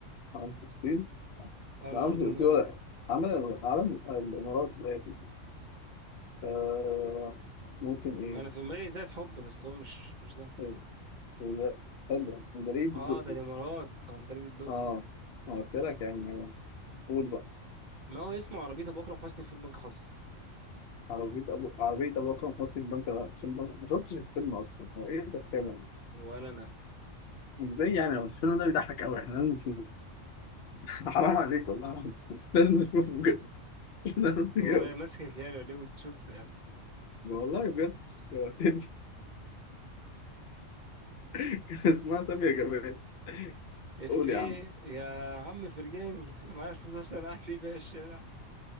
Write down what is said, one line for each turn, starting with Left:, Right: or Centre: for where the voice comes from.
Left: عن فلسطين
Right: عالم
Left: ده
Right: الأردن
Left: عن فلسطين
Right: ده ولا
Left: ولا
Right: ايه
Left: عمل علم الإمارات ده يا ابني. آه ممكن إيه
Right: هو انا في دماغي زي حب بس هو مش مش ده
Left: إيه، إيه، حلو مدريد
Right: اه
Left: الدقي
Right: ده الامارات عندليب الدقي
Left: اه
Right: حلو
Left: أنا قلت
Right: حلو
Left: لك
Right: حلو.
Left: يعني قول بقى
Right: ما هو اسمه عربية ابو اكرم حسني في بنك حظ
Left: عربية أبو عربية أبو أكرم حسني في بنك الفيلم ما شفتش الفيلم أصلا هو إيه ده فعلا
Right: ولا انا
Left: إزاي يعني بس الفيلم ده بيضحك أوي إحنا لازم نشوف <laughs> حرام عليك والله <laughs> العظيم. لازم نشوفه بجد <laughs> مش هنعرف نجاوب
Right: هو انا ماسكك يعني ولا ايه وانت شفته يا عم
Left: والله بجد شوقتني <laughs> كان اسمها سامية جمال
Right: افيه
Left: قول يا عم
Right: يا عم فرجاني انا معايا فلوس اصلا قاعد دي بيها الشارع